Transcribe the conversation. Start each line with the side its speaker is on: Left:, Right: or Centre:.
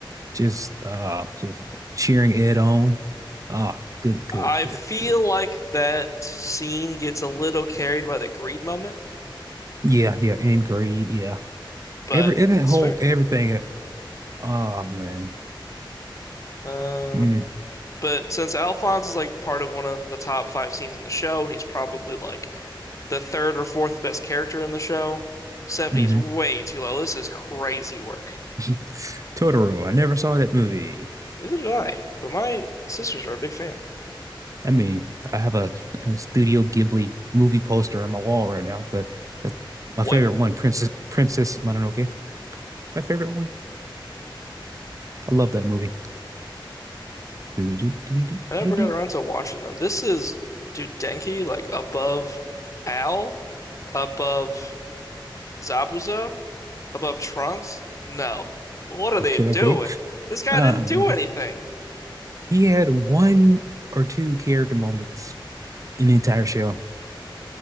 Right: just, uh, just cheering Ed on. Ah, good, good,
Left: I
Right: good,
Left: feel
Right: good.
Left: like that scene gets a little carried by the greed moment,
Right: Yeah, yeah, in grade, yeah.
Left: but
Right: Every and that
Left: it's
Right: whole
Left: fair.
Right: everything. Oh man.
Left: Uh,
Right: Mm,
Left: but since Alphonse is like part of one of the top five scenes in the show, and he's probably like the third or fourth best character in the show, 70
Right: hmm
Left: is way too low. This is crazy work.
Right: <laughs> Totoro. I never saw that movie.
Left: Neither did I, but my sisters are a big fan.
Right: I mean, I have a, a Studio Ghibli movie poster on my wall right now, but that's
Left: What?
Right: my favorite one, Princess Princess Mononoke. My favorite one. I love that movie. Do-do-do-do-do-do-do-do.
Left: I never got around to watching them. This is, dude, Denki, like above Al, above Zabuza, above Trunks? No. What are
Right: Of
Left: they
Right: Killer
Left: doing?
Right: Bee.
Left: This guy
Right: Uh,
Left: didn't do anything.
Right: he had one or two character moments in the entire show.